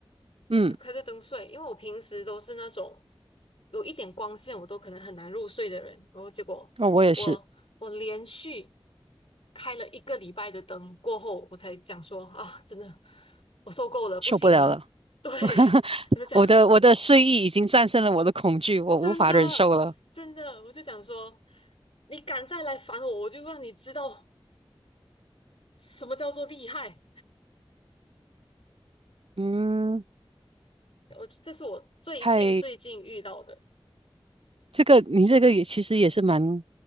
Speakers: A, on the right; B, on the left.
A: 嗯，
B: 呃开着灯睡，因为我平时都是那种有一点光线我都可能很难入睡的人，然后结果我我连续
A: 哦，我也是
B: 开了一个礼拜的灯过后，我才讲说啊，真的我受够了，不行了，
A: 受不了了。
B: 对，
A: <laughs>
B: <laughs> 我就讲
A: 我的我的睡意已经战胜了我的恐惧，我无法忍受了。
B: 真的真的，我就想说你敢再来烦我，我就让你知道什么叫做厉害。
A: 嗯，
B: 我这是我最近最近遇到的。
A: 嗨，这个你这个也其实也是蛮，